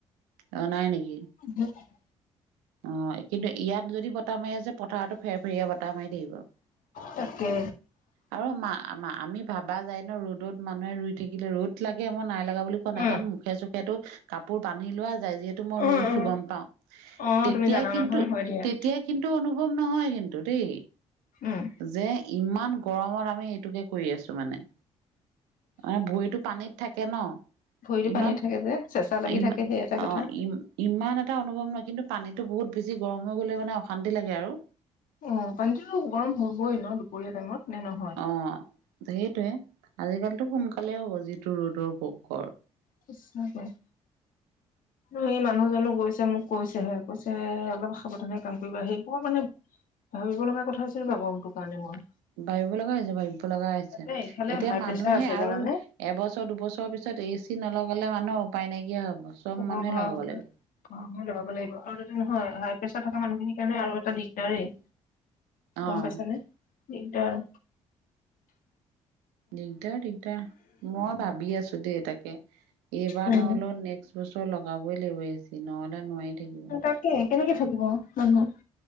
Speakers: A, on the right; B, on the left.
A: অ', নাই নেকি?
B: <inaudible>
A: অ', কিন্তু ইয়াত যদি বতাহ মাৰি আছে, পথাৰতো ফেৰ-ফেৰিয়ে বতাহ মাৰি দিব।
B: তাকে
A: আৰু মা, মা আমি ভাবা যায় ন, ৰ'দত মানুহে ৰুই থাকিলে ৰ'দ লাগে, মই নাই লগা বুলি কোৱা নাই,
B: উম
A: কাৰণ মুখে-চুখেতো কাপোৰ বান্ধি লোৱা যায়, যিহেতু। এইটো মই
B: উম
A: ৰুইছো
B: উম
A: গম পাওঁ,
B: অ
A: তেতিয়া
B: তুমি জানা
A: কিন্তু
B: নহয় হয় দিয়া
A: তেতিয়া কিন্তু অনুভৱ নহয় কিন্তু দেই।
B: উম।
A: যে ইমান গৰমত আমি এইটোকে কৰি আছো মানে। মানে ভৰিটো পানীত থাকে ন'।
B: ভৰিটো
A: ইমান
B: পানীত থাকে যে চেঁচা লাগি
A: ইমা
B: থাকে সেই এটাই কথা।
A: অ ই ইমান এটা অনুভৱ নহয় কিন্তু পানীটো বহুত বেছি গৰম হৈ গ'লে মানে অশান্তি লাগে আৰু।
B: অ, পানীটোতো গৰম হবই ন' দুপৰীয়া টাইমত নে নহয়?
A: অ, সেইটোৱে আজিকালিতো সোনকালে হ'ব যিটো ৰ'দৰ পকৰ।
B: খচ <inaudible>
A: হয় <inaudible>
B: সেই মানুহজনো গৈছে মোক কৈছেহে, কৈছে অলপ সাৱধানে কাম কৰিবা। সেই বৰ মানে ভাবিব লগা কথা আছিল নাই গমটো কাৰনে মই?
A: ভাবিব লগা হৈছে, ভাবিব লগা হৈছে,
B: তাতে এইফালে
A: এতিয়া
B: হাই
A: মানুহে
B: প্ৰেছাৰ আছে
A: আৰু
B: জানানে
A: এবছৰ দুবছৰৰ পিছত এ চি নলগালে মানুহৰ উপায় নাইকিয়া হ'ব। চব
B: উ হ
A: মানুহে
B: <unintelligible>
A: লগাব লাগিব।
B: অ, লগাব লাগিব আৰু তাতে নহয় হাই প্ৰেছাৰ থকা মানুহখিনিৰ কাৰণে আৰু এটা দিগদাৰেই।
A: অ'
B: গম পাইছানে? দিগদাৰ।
A: দিগদাৰ, দিগদাৰ। মই ভাবি আছো দেই তাকে এইবাৰ
B: উম
A: নহলেও নেক্স বছৰ লগাবই লাগিব নহলে নোৱাৰি থাকিব।
B: তাকে কেনেকে থাকিব মানুহ